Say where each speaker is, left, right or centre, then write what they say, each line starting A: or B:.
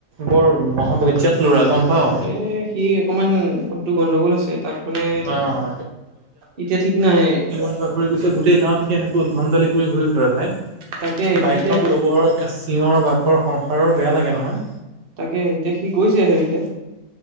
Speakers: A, on the right; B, on the right.
A: বৰ মহাবজ্যাত ল'ৰা গম পাৱ।
B: এ সি অকমান মানুহটো গণ্ডগোল আছে তাক মানে
A: অ',
B: এতিয়া ঠিক নাই।
A: ঘুৰি গৈছে গোটেই গাঁৱত সি এনেকে উদ্ভণ্ দালি কৰি ঘূৰি ফুৰে ভাই,
B: তাকে
A: বাইকখন
B: সি এতিয়া
A: ল'ব আৰু একে চিয়ৰ বাখৰ সংসাৰৰ বেয়া লাগে নহয়।
B: তাকে এতিয়া সি গৈছে হেৰিলে।